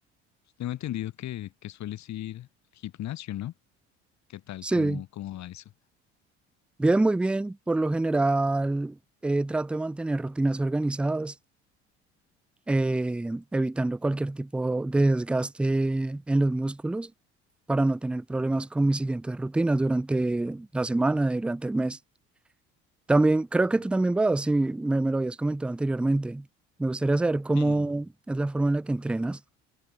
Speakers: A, on the left; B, in the centre.
A: pues, tengo entendido que, que sueles ir al gimnasio, ¿no? ¿Qué tal?
B: Sí,
A: ¿Cómo, cómo va Sí. eso?
B: bien, muy bien. Por lo general, eh, trato de mantener rutinas organizadas, eh, evitando cualquier tipo de desgaste en los músculos para no tener problemas con mis siguientes rutinas durante la semana, y durante el mes. También creo
A: Ah.
B: que tú también vas, si me, me lo habías comentado anteriormente. Me gustaría saber cómo
A: sí,
B: es la forma en la que entrenas.